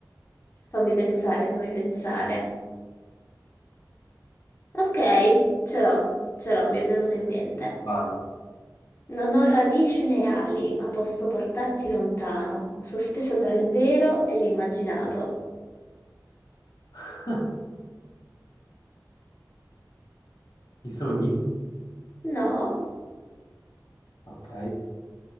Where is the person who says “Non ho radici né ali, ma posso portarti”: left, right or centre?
Left